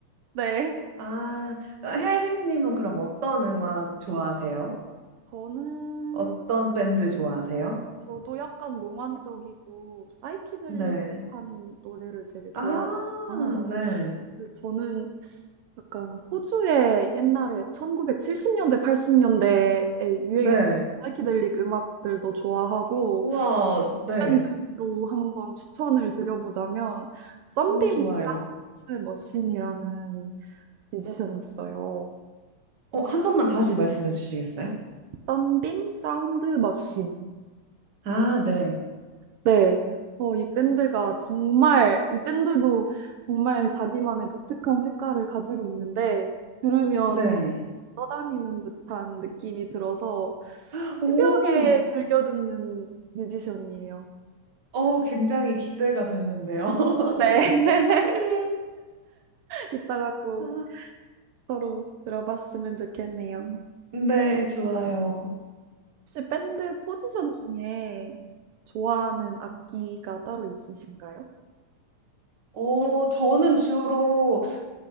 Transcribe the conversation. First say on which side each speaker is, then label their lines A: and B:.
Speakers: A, on the right (about 80°); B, on the right (about 40°).
A: 네.
B: 아, 혜림님은 그럼 어떤 음악 좋아하세요?
A: 저는
B: 어떤 밴드 좋아하세요?
A: 저도 약간 몽환적이고 사이키델릭한
B: 네.
A: 노래를 되게 좋아하거든요.
B: 아, 네.
A: 그래서 저는 약간 호주의 옛날에 1970년대, 80년대에 유행했던
B: 네.
A: 사이키델릭 음악들도 좋아하고
B: 우와, 네.
A: 밴드로 한번 추천을 드려보자면 썬빔
B: 오, 좋아요.
A: 사운드 머신이라는 뮤지션이 있어요.
B: 어, 한 번만 다시 말씀해 주시겠어요?
A: 썬빔 사운드 머신.
B: 아, 네.
A: 네. 어, 이 밴드가 정말, 이 밴드도 정말 자기만의 독특한 색깔을 가지고 있는데, 들으면
B: 네.
A: 정말 떠다니는 듯한 느낌이 들어서,
B: <gasps>
A: 새벽에
B: 오,
A: 즐겨 듣는 뮤지션이에요.
B: 어, 굉장히 기대가 되는데요.
A: 네. <laughs>
B: <laughs>
A: 이따가 꼭
B: 아,
A: 서로 들어봤으면 좋겠네요.
B: 네, 좋아요.
A: 혹시 밴드 포지션 중에 좋아하는 악기가 따로 있으신가요?
B: 어, 저는 주로